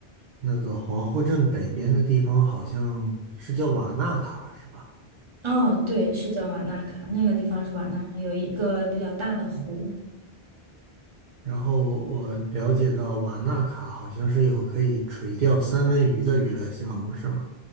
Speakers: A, on the right; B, on the right.
A: 那个皇后镇北边的地方，好像是叫瓦纳卡，是吧？
B: 哦，对，是叫瓦纳卡，那个地方是瓦纳卡，有一个比较大的湖。
A: 然后我我了解到瓦纳卡好像是有可以垂钓三文鱼的娱乐项目，是吗？